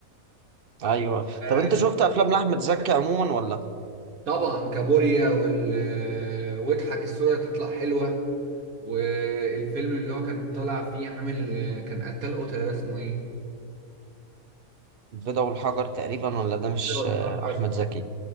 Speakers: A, on the right; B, on the right.
A: ايوه
B: آه،
A: طب انت شفت افلام لاحمد زكي عموما ولا
B: طبعا كابوريا وال آه، واضحك الصورة هتطلع حلوة والفيلم اللي هو كان طالع فيه عامل آه، كان قتال قتلة ده اسمه ايه؟
A: البيضة والحجر تقريبا ولا ده مش
B: كده والحجر
A: آه، احمد زكي